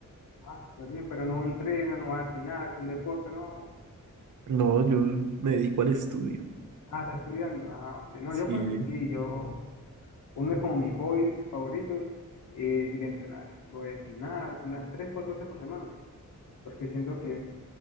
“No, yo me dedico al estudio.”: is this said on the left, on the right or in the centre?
Right